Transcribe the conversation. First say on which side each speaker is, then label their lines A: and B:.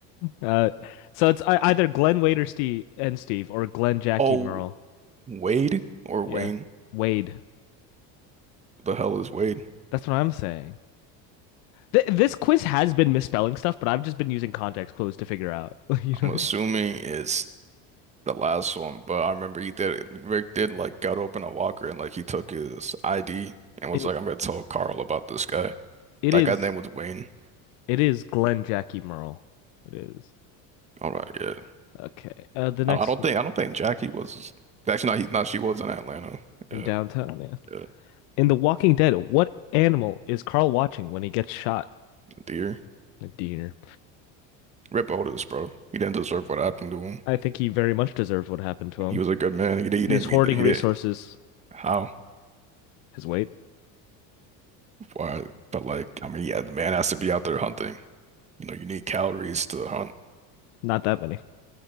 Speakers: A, on the left; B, on the right.
A: Uh, so it's ei- either Glenn, Wade, or Steve, and Steve, or Glenn, Jackie,
B: Oh,
A: Merle.
B: Wade or
A: Yeah.
B: Wayne?
A: Wade.
B: What the hell is Wade?
A: That's what I'm saying. Th- this quiz has been misspelling stuff, but I've just been using context clues to figure out. <laughs> You know what
B: I'm assuming
A: I mean?
B: it's the last one, but I remember he did Rick did like got open a locker and like he took his ID and was
A: It
B: like, I'm gonna tell Carl about this guy.
A: it
B: That
A: is
B: guy's name was Wayne.
A: it is Glenn Jackie Merle. It is.
B: All right, yeah.
A: Okay. Uh, the next
B: I don't, I don't
A: one
B: think I don't think Jackie was actually not he not she was in Atlanta.
A: in
B: Yeah,
A: downtown. Yeah.
B: yeah.
A: In The Walking Dead, what animal is Carl watching when he gets shot?
B: Dear.
A: A deer.
B: Rip Otis, bro. He didn't deserve what happened to him.
A: I think he very much deserved what happened to him.
B: He was a good man. He, did he
A: He
B: didn't
A: was hoarding
B: mean that. He
A: resources.
B: did How?
A: His weight,
B: Why? But like, I mean, yeah, the man has to be out there hunting. You know, you need calories to hunt.
A: not that many.